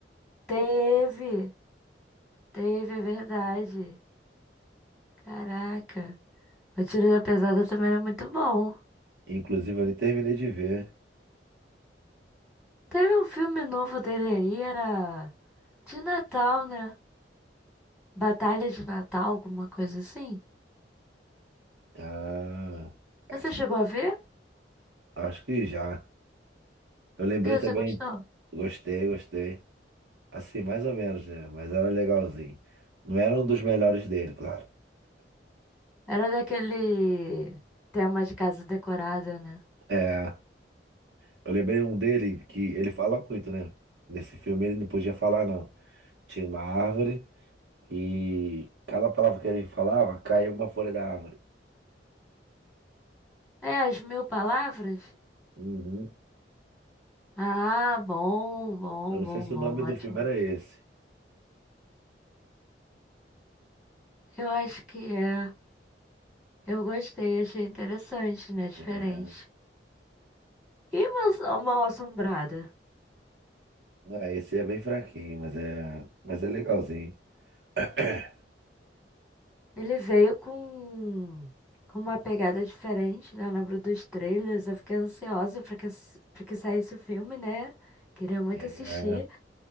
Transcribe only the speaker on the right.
Inclusive, eu nem terminei de ver.
Ah, acho
que,
acho que já. Eu lembrei
também.
Gostei, gostei. Assim, mais ou menos, né? Mas era legalzinho. Não era um dos melhores dele, claro.
É, eu lembrei um dele que ele fala muito, né? Nesse filme ele não podia falar, não. Tinha uma árvore e cada palavra que ele falava caía uma folha da árvore.
Uhum.
Eu não
sei se
o nome do
filme era esse.
É,
não, esse é bem fraquinho, mas é, mas é legalzinho. <clears throat>
É,